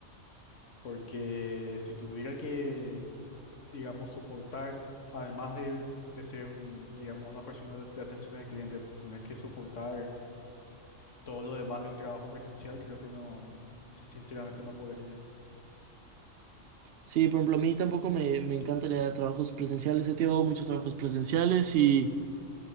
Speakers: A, on the left (about 70°); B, on the right (about 60°).
A: porque si tuviera que, digamos, soportar, además de, de ser, un, digamos, una persona de, de atención al cliente, tener que soportar todo lo demás de un trabajo presencial, creo que no, sin- sinceramente no podría.
B: Sí, por ejemplo, a mí tampoco me, me encanta el idea de trabajos presenciales. He tenido muchos trabajos presenciales y